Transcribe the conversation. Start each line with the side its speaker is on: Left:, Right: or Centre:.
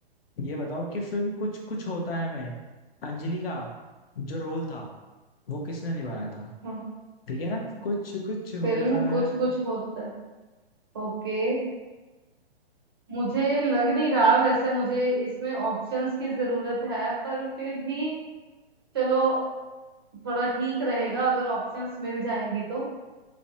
Left: ये बताओ कि फिल्म कुछ कुछ होता है मैं अंजलि का जो रोल था वो किसने निभाया था
Right: हाँ
Left: ठीक है ना कुछ कुछ होता
Right: फिल्म कुछ
Left: है
Right: कुछ होता है ओके मुझे लग नहीं रहा वैसे मुझे इसमें ऑप्शंस की जरूरत है पर फिर भी चलो थोड़ा ठीक रहेगा अगर ऑप्शंस मिल जाएंगी तो मतलब